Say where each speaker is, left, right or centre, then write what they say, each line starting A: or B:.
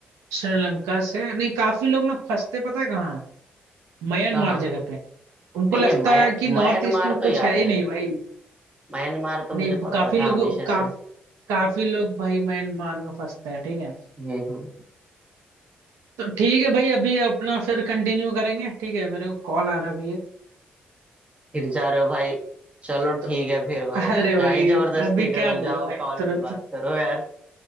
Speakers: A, on the right; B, on the right.
A: श्रीलंका से नहीं काफी लोग ना फंसते पता है कहाँ म्यांमार
B: कहाँ
A: जगह पे उनको
B: नहीं
A: लगता
B: नहीं म्या-
A: है कि नॉर्थ
B: म्यांमार
A: ईस्ट में कुछ
B: तो याद
A: है ही
B: है
A: नहीं भाई
B: म्यांमार तो
A: नहीं
B: मुझे पता
A: काफी
B: था
A: लोग
B: हमेशा
A: काफ,
B: से
A: काफी लोग भाई म्यांमार में फंसते हैं ठीक है
B: हम्म हम्म।
A: तो ठीक है भाई अभी अपना फिर कंटिन्यू करेंगे ठीक है मेरे को कॉल आ रहा भी है
B: फिर जा रहे हो भाई चलो
A: तो
B: ठीक है फिर भाई
A: अरे
B: क्या
A: भाई
B: ही जबरदस्ती
A: अभी क्या
B: करो
A: बोलूं
B: जाओ
A: भाई
B: कॉल
A: तुरंत
B: पे बात करो यार